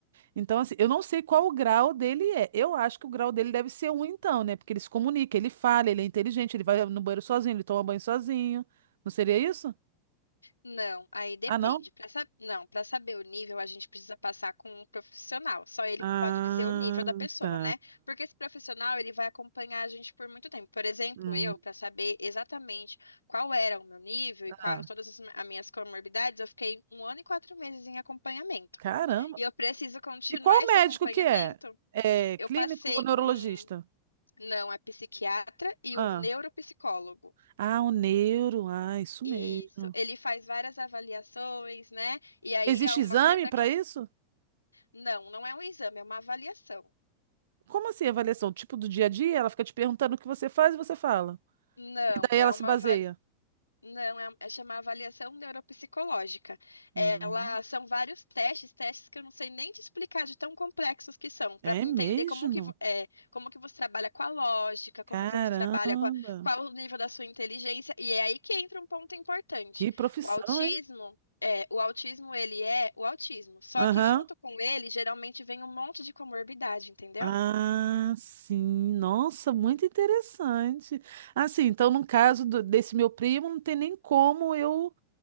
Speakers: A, on the right (about 60°); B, on the left (about 80°).
A: Então, assim, eu não sei qual o grau dele é. Eu acho que o grau dele deve ser um, então, né? Porque ele se comunica, ele fala, ele é inteligente, ele vai no banheiro sozinho, ele toma banho sozinho. Não seria isso?
B: Não, aí depende.
A: Ah, não?
B: Para não, para saber o nível, a gente precisa passar com um profissional. Só ele
A: Ah,
B: que pode dizer o nível da pessoa,
A: tá.
B: né? Porque esse profissional, ele vai acompanhar a gente por muito tempo. Por exemplo,
A: Hum.
B: eu, para saber exatamente qual era o meu nível e
A: Ah,
B: quais todas as mi- as minhas comorbidades, eu fiquei um ano e quatro meses em acompanhamento.
A: caramba.
B: E eu preciso continuar
A: E qual
B: esse
A: médico
B: acompanhamento.
A: que é? É
B: Eu
A: clínico
B: passei
A: ou neurologista?
B: com, não, é psiquiatra e
A: Ah,
B: o neuropsicólogo.
A: ah, o neuro. Ah, isso
B: Isso,
A: mesmo.
B: ele faz várias avaliações, né? E aí
A: Existe
B: há uma
A: exame
B: coisa
A: para
B: que é.
A: isso?
B: Não, não é um exame, é uma avaliação.
A: Como assim, avaliação? Tipo do dia a dia? Ela fica te perguntando o que você faz e você fala.
B: Não,
A: E daí
B: é
A: ela
B: uma
A: se baseia.
B: avaliação. Não, é, é chamar avaliação neuropsicológica.
A: Hum,
B: Ela são vários testes, testes que eu não sei nem te explicar de tão complexos que são, para
A: é
B: entender
A: mesmo?
B: como que, vo- é, como que você trabalha com a lógica, como
A: Caramba!
B: que você trabalha com a- qual o nível da sua inteligência, e é aí que entra um ponto importante.
A: Que profissão,
B: O autismo,
A: hein?
B: é, o autismo ele é o autismo, só
A: Aham.
B: que junto com ele geralmente vem um monte de comorbidade, entendeu?
A: Ah, sim. Nossa, muito interessante. Assim, então, no caso do- desse meu primo, não tem nem como eu